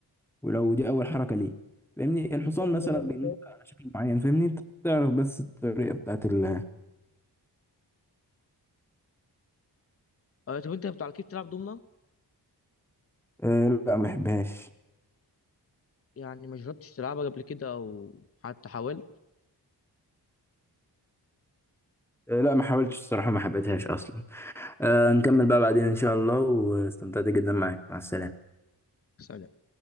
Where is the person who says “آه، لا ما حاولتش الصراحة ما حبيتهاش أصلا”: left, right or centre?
Centre